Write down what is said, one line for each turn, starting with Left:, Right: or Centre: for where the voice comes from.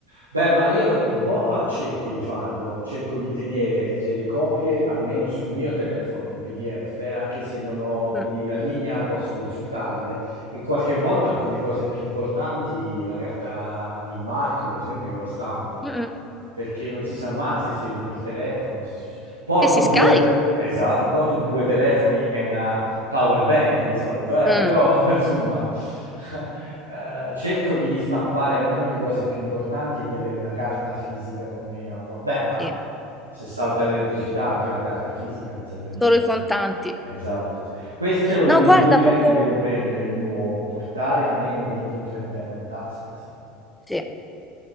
Right: Beh, ma io un po' a cerco di farlo, cerco di tenere delle copie almeno sul mio telefono del PDF, anche se non ho quindi
Centre: Mh.
Right: la linea, posso consultarle e qualche volta alcune cose più importanti, la carta d'imbarco per esempio, io la stampo
Centre: Mh-mh.
Right: perché non si sa mai se si rompe il telefono, se succede. Porto
Centre: E si
Right: due,
Centre: scarica.
Right: esatto, porto due telefoni e una power bank di solito, eh,
Centre: Mh.
Right: però <laughs> insomma <laughs> eh, cerco di stampare almeno le cose più importanti e di avere una carta fisica con me. A vo- Beh, ma
Centre: Sì,
Right: se salta l'elettricità anche la carta fisica non serve a
Centre: solo
Right: niente.
Centre: i contanti.
Right: Esatto. sì. Questa è un'abitudine
Centre: No, guarda, proprio
Right: che devo prendere di nuovo, portare almeno 20 o 30 euro in tasca, sì.
Centre: sì.